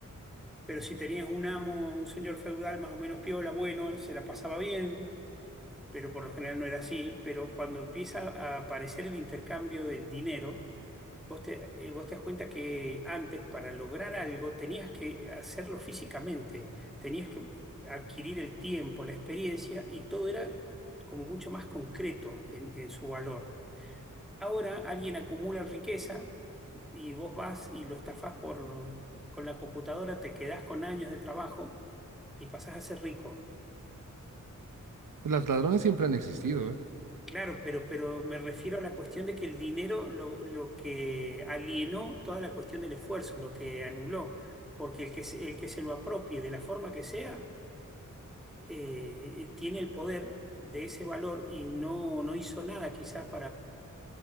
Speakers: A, in the centre; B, on the right (about 85°).
A: pero si tenías un amo, un señor feudal más o menos piola, bueno, se la pasaba bien, pero por lo general no era así. Pero cuando empieza a aparecer el intercambio del dinero, vos te, eh, vos te das cuenta que antes para lograr algo tenías que hacerlo físicamente, tenías que adquirir el tiempo, la experiencia y todo era como mucho más concreto en en su valor. Ahora alguien acumula riqueza y vos vas y lo estafás por, con la computadora, te quedás con años de trabajo y pasás a ser rico.
B: Pues los ladrones siempre han existido, ¿eh?
A: Claro, pero, pero me refiero a la cuestión de que el dinero lo, lo que alienó toda la cuestión del esfuerzo, lo que anuló, porque el que, se- el que se lo apropie de la forma que sea, eh, tiene el poder de ese valor y no, no hizo nada quizá